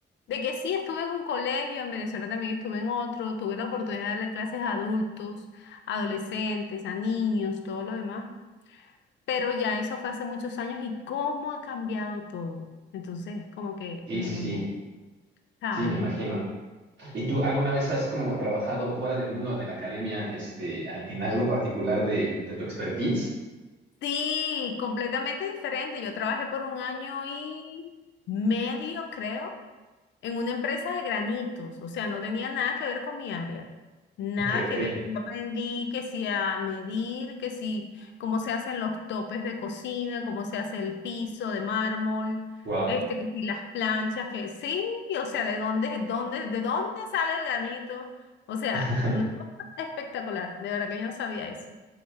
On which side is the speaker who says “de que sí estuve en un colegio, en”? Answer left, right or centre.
Left